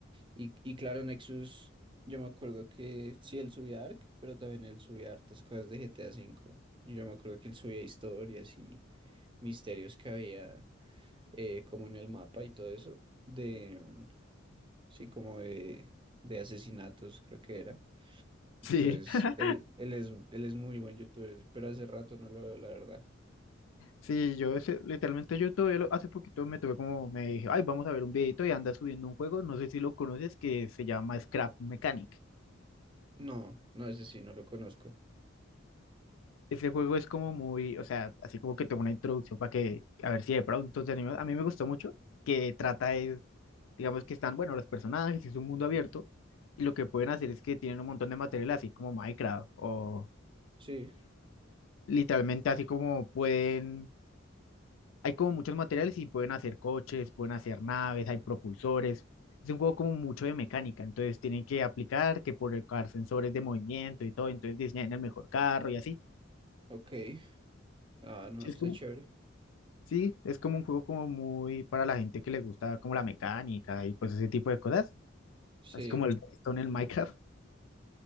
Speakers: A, on the right; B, on the left.
A: Y, y claro, Nexus, yo me acuerdo que sí, él subía Ark, pero también él subía hartas cosas de GTA V. Y yo me acuerdo que él subía historias y misterios que había eh, como en el mapa y todo eso, de, mm, sí, como de, de asesinatos, creo que era. Entonces,
B: Sí, <laughs>
A: él, él es, él es muy buen youtuber, pero hace rato no lo veo, la verdad.
B: sí, yo ese- literalmente yo todavía lo- hace poquito me tuve como, me dije, ay, vamos a ver un videito y anda subiendo un juego, no sé si lo conoces, que se llama Scrap Mechanic.
A: No, no, ese sí, no lo conozco.
B: Ese juego es como muy, o sea, así como que tengo una introducción para que, a ver si de pronto te animas. A mí me gustó mucho, que trata es, digamos que están, bueno, los personajes, es un mundo abierto, y lo que pueden hacer es que tienen un montón de material así como Minecraft o...
A: Sí,
B: Literalmente, así como pueden, hay como muchos materiales y pueden hacer coches, pueden hacer naves, hay propulsores. Es un juego como mucho de mecánica, entonces tienen que aplicar que por colocar sensores de movimiento y todo, entonces diseñan el mejor carro y así.
A: ok. Ah, no,
B: Sí,
A: está
B: es como,
A: chévere.
B: sí, es como un juego como muy para la gente que le gusta como la mecánica y pues ese tipo de cosas,
A: Sí,
B: así como el Redstone en el Minecraft.